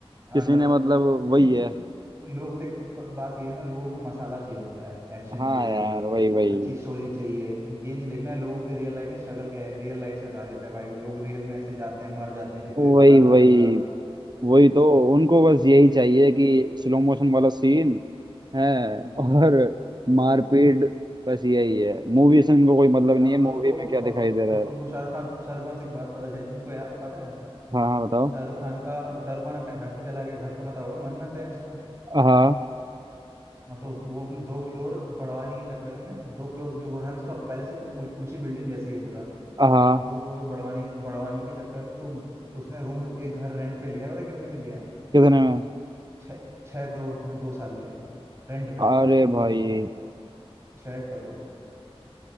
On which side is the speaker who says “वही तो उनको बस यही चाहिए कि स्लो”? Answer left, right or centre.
Right